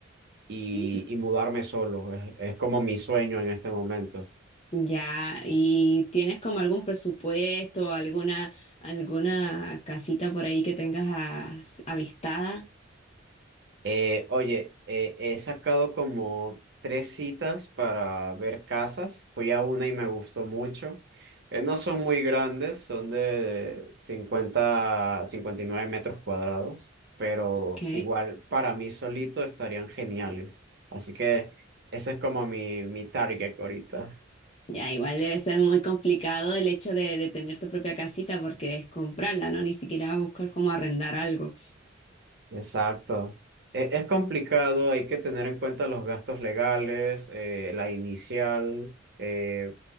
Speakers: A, on the right (about 55°); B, on the left (about 30°).
A: y,
B: Mm.
A: y mudarme solo. Es, es como mi sueño en este momento.
B: Ya, ¿y tienes como algún presupuesto, alguna, alguna casita por ahí que tengas as- avistada?
A: Eh, oye, eh, he sacado como tres citas para ver casas. Fui a una y me gustó mucho. Eh, no son muy grandes, son de cincuenta, cincuenta y nueve metros cuadrados, pero
B: Ok.
A: igual para mí solito estarían geniales. Así que ese es como mi, mi target ahorita.
B: Ya, igual debe ser muy complicado el hecho de, de tener tu propia casita porque es comprarla, ¿no? Ni siquiera buscar cómo arrendar algo.
A: Exacto. E- Es, complicado, hay que tener en cuenta los gastos legales, eh, la inicial, eh,